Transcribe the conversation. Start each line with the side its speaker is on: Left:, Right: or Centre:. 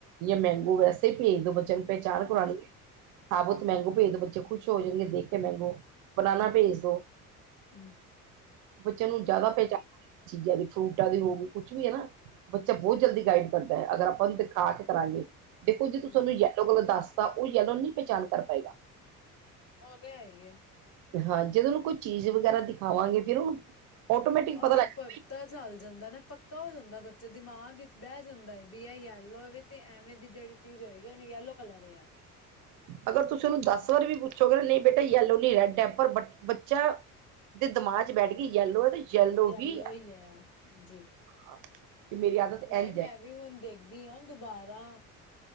Right: ਯਾ ਮੈਂਗੋ ਵੈਸੇ ਭੇਜ ਦੋ ਬੱਚੇਆਂ ਨੂੰ। ਪਹਿਚਾਨ
Left: ਹਾਂਜੀ
Right: ਕਰਾਣੀ ਏ। ਸਾਬੁਤ ਮੈਂਗੋ ਭੇਜ ਦੋ ਬੱਚੇ ਖੁਸ਼ ਹੋ ਜਾਨਗੇ ਦੇਖ ਕੇ ਮੈਂਗੋ ਬਨਾਨਾ ਭੇਜ ਦੋ।
Left: ਹੁ
Right: ਬੱਚੇਆਂ ਨੂੰ ਜੈਦਾ ਪਹਿਚਾਨ ਚੀਜ਼ਾਂ ਦੀ ਫਰੂਟਾਂ ਦੀ ਹੋਗੀ ਕੁਛ ਵੀ ਏ ਨਾ। ਬੱਚਾ ਬੋਤ ਜਲਦੀ ਗਾਈਡ ਕਰਦਾ ਅਗਰ ਆਪਾਂ ੳਨੂੰ ਦਿਖਾ ਕੇ ਕਰਾਂਗੇ। ਦੇਖੋ ਜੇ ਤੁਸੀਂ
Left: ਹਮ
Right: ਤੁਹਾਨੂੰ ਯੈਲੋ ਕਲਰ ਦੱਸਤਾ ਉਹ ਯੈਲੋ ਨਹੀਂ ਪਹਿਚਾਨ ਕਰ ਪਾਏਗਾ।
Left: ਉਹ ਤੇ ਹੈ ਈ ਏ।
Right: ਹਾਂ ਜਦ ਉਹਨੂੰ ਕੋਈ ਚੀਜ਼ ਵਗੈਰਾ ਦਿਖਾਵਾਂਗੇ ਫੇਰ ਉਹਨੂੰ ਆਟੋਮੈਟਿਕ
Left: ਉਹਨੂੰ
Right: ਪਤਾ ਲੱਗ
Left: ਪਤਾ ਚੱਲ ਜਾਂਦਾ ਨਾ ਪੱਕਾ ਹੋ ਜਾਂਦਾ ਬੱਚਾ ਦਿਮਾਗ ਇਚ ਬੈ ਜਾਂਦਾ ਏ ਵੀ ਇਹ ਯੇਲੋ ਵੇ ਤੇ ਐਵੇ ਦੀ ਜੇੜੀ ਚੀਜ਼ ਹੋਏਗੀ ਉਹਨੂੰ ਯੈਲੋ ਕਲਰ ਏ ਐ।
Right: ਅਗਰ ਤੁਸੀਂ ਓਨੂੰ ਦਸ ਵਾਰ ਵੀ ਪੁੱਛੋਗੇ ਨਾ ਨੀ ਬੇਟਾ ਯਲੋ ਨੀ ਹੇਗਾ ਡੇ ਪਰ ਬ ਬੱਚਾ ਤੇ ਦਿਮਾਗ ਚ ਬੈਠ ਗੀ ਯੈਲੋ ਐ ਤੇ ਯੈਲੋ
Left: ਯੇਲੋ
Right: ਹੀ ਹੈ
Left: ਈ ਐ ਔ ਜੀ।
Right: <unintelligible> ਆਦਤ ਇੰਝ
Left: ਨਈ ਮੈਂ
Right: ਹੈ।
Left: ਵੀ ਹੁਣ ਦੇਖਦੀ ਆ ਦੁਬਾਰਾ